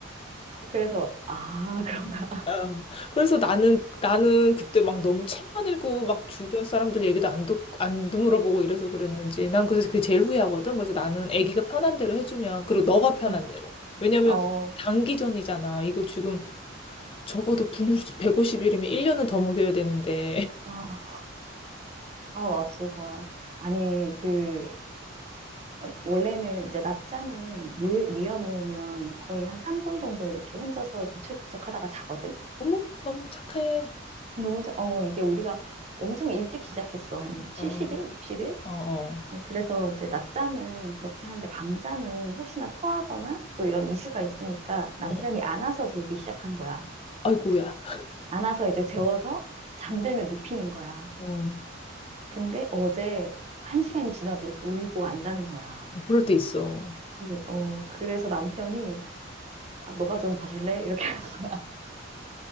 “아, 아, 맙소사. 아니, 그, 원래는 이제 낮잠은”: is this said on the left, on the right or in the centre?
Right